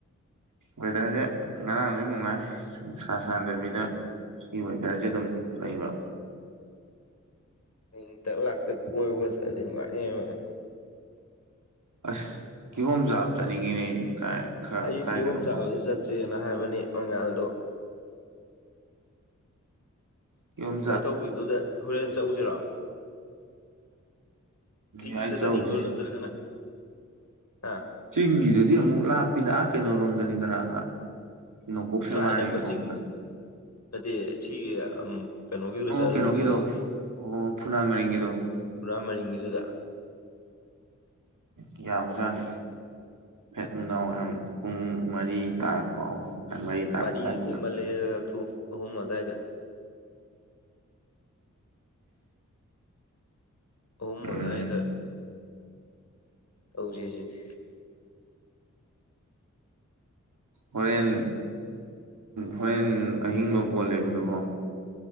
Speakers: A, on the right; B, on the left.
A: ꯋꯦꯗꯔꯁꯦ ꯉꯔꯥꯡꯁꯨ ꯅꯨꯡꯉꯥꯏꯅꯨꯡ ꯁꯥ ꯁꯥꯗꯕꯤꯗ꯫ ꯁꯤ ꯋꯦꯗꯔꯁꯦ ꯑꯗꯨꯝ ꯂꯩꯕ꯫
B: ꯏꯇꯛ ꯂꯥꯛꯇ ꯀꯣꯏꯕꯒ ꯆꯠꯂꯗꯤ ꯅꯨꯡꯉꯥꯏꯅꯤꯕ꯫
A: ꯑꯁ ꯀꯤꯍꯣꯝꯆꯥꯥꯕ ꯆꯠꯅꯤꯡꯉꯤꯅꯦ ꯑꯩꯗꯤ ꯀꯥꯏ꯫ ꯈꯔ
B: ꯑꯩ
A: ꯀꯥꯏꯗꯅꯣꯃ
B: ꯀꯤꯍꯣꯝ ꯆꯥꯕꯗ ꯆꯠꯁꯦꯅ ꯍꯥꯏꯕꯅꯤ ꯃꯉꯥꯜꯗꯣ꯫
A: ꯌꯨꯝ꯫
B: ꯋꯥꯏꯊꯧꯒꯤꯗꯨꯗ ꯍꯣꯔꯦꯟ ꯆꯠꯎꯁꯤꯔꯣ꯫ ꯆꯤꯡꯤꯡꯗꯁ
A: ꯌꯥꯏꯆꯧꯁꯦ
B: ꯅꯤꯡ ꯑꯣꯏꯅ ꯑꯗꯨꯔꯒꯅꯥ ꯍꯥ
A: ꯆꯤꯡꯒꯤꯗꯨꯗꯤ ꯑꯃꯨꯛ ꯂꯥꯞꯄꯤꯗ ꯀꯩꯅꯔꯣꯝꯗꯅꯤꯗꯅ ꯅꯄꯣꯛꯁꯃꯑꯗ
B: ꯁ꯭ꯋꯥꯏ ꯑꯅꯛꯄ ꯆꯤꯡ ꯅꯠꯇꯦ ꯁꯤꯒꯤ ꯀꯩꯅꯣꯒꯤꯗꯨꯗ
A: ꯑꯣ
B: ꯆꯠꯂ
A: ꯀꯩꯅꯣꯒꯤꯗꯣ
B: ꯂꯣꯏꯔꯦ ꯀꯩꯗꯧꯔꯒꯦ
A: ꯑꯣ ꯐꯨꯅꯥ ꯃꯔꯤꯡꯒꯤꯗꯣ
B: ꯄꯨꯔꯥ ꯃꯔꯤꯡꯒꯤꯗꯨꯗ
A: ꯎ ꯌꯥꯕꯖꯥꯠꯅꯤ ꯐꯦꯠ ꯅꯨꯡꯗꯥꯡꯏꯔꯝ ꯄꯨꯡ ꯃꯔꯤ ꯇꯥꯔꯛꯄ ꯑꯍꯨꯝ ꯃꯈꯥꯏ ꯃꯔꯤ ꯇꯥꯔꯛꯄ
B: ꯃꯔꯤꯗꯤ
A: ꯑꯗꯨꯋꯥꯏꯗꯨꯗ
B: ꯊꯦꯡꯃꯜꯂꯦꯊꯨ ꯑꯍꯨꯝ ꯑꯗꯨꯋꯥꯏꯗ ꯑꯍꯨꯝ
A: ꯎꯝ
B: ꯑꯗꯥꯏꯗ ꯇꯧꯁ ꯁꯤꯅꯤ꯫
A: ꯍꯣꯔꯦꯟ ꯍꯣꯔꯦꯟ ꯑꯍꯤꯡ ꯂꯣ ꯕꯣꯜ ꯂꯩꯕꯗꯨꯕꯣ꯫